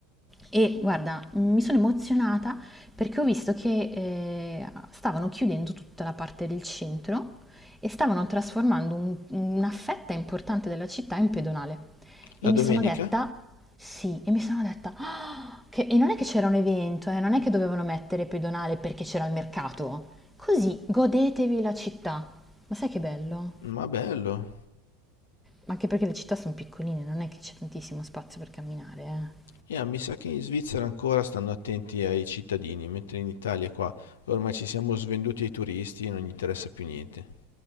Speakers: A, in the centre; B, on the left (about 70°).
A: E guarda, mi sono emozionata perché ho visto che eh, stavano chiudendo tutta la parte del centro e stavano trasformando un- una fetta importante della città in pedonale. E
B: La
A: mi
B: domenica?
A: sono detta, sì, e mi sono detta, "Ah!" Che- e non è che c'era un evento, eh, non è che dovevano mettere pedonale perché c'era il mercato. Così godetevi la città. Ma sai che bello?
B: Ma bello.
A: Anche perché le città sono piccoline, non è che c'è tantissimo spazio per camminare, eh.
B: Yeah, mi sa che in Svizzera ancora stanno attenti ai cittadini, mentre in Italia qua ormai ci siamo svenduti ai turisti e non gli interessa più niente.